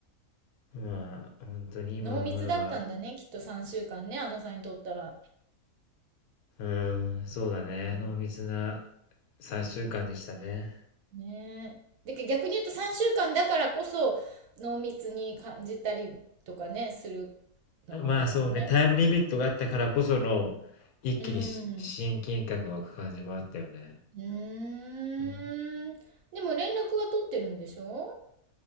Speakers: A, on the left (about 75°); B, on the right (about 70°).
A: まあ、本当に今思えば、
B: 濃密だったんだね、きっと3週間ね、あのさんにとったら。
A: うーん、そうだね、
B: うん
A: 濃密な3週間でしたね。
B: ねえ。で、逆に言うと3週間だからこそ濃密に感じたりとかね、するのもあるかもね。
A: まあ、そうね、タイムリミットがあったからこその、一気にし親近感が湧く感じもあったよね。
B: うん。うーん。
A: うん。
B: でも連絡は取ってるんでしょ